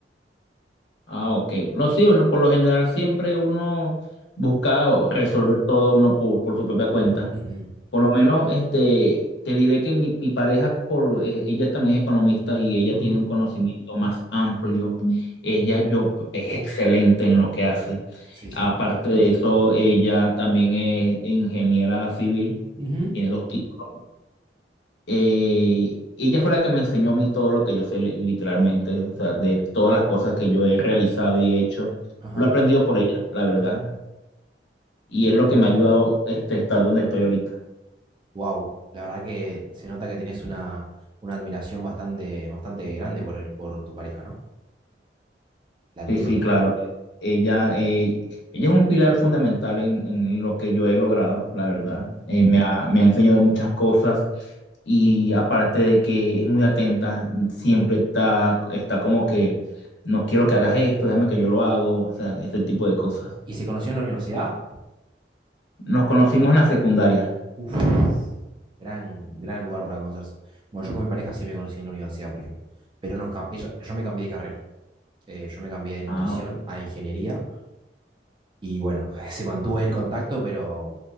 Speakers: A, on the left; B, on the right.
A: Ah, ok. No, sí, bueno, por lo general siempre uno busca resolver todo uno por, por su propia cuenta.
B: Ujú,
A: Por lo menos, este, te diré que mi, mi pareja, por, eh, ella también es economista y ella
B: ujú,
A: tiene un conocimiento más amplio. Mm. Ella yo, es excelente en lo que hace.
B: Sí, sí.
A: Aparte de eso, ella también es ingeniera civil,
B: Ujú,
A: tiene dos títulos. Eh, ella fue la que me enseñó a mí todo lo que yo sé li- literalmente, o sea, de todas las cosas que yo he realizado y hecho.
B: Ajá,
A: Lo he aprendido por ella, la verdad.
B: ajá.
A: Y es lo que me ha ayudado este, estar donde estoy ahorita.
B: Wow, la verdad que se nota que tenés una, una admiración bastante, bastante grande por, el- por tu pareja, ¿no? La admiro.
A: Sí, sí, claro. Ella, eh, ella es un pilar fundamental en, en lo que yo he logrado, la verdad.
B: Ujú.
A: Eh, me ha, me ha enseñado muchas cosas y aparte de que es muy atenta, siempre está, está como que no quiero que hagas esto, déjame que yo lo hago, o sea, ese tipo de cosas.
B: ¿Y se conocieron en la universidad?
A: Nos conocimos en la secundaria.
B: Uf, gran, gran lugar para conocerse. Bueno, yo con mi pareja sí me conocí en la universidad, por ejemplo. Pero nos, ca- ella- yo me cambié de carrera. Eh, yo me cambié de nutrición
A: Ah, o-
B: a ingeniería. Y bueno, <laughs> se mantuvo el contacto, pero,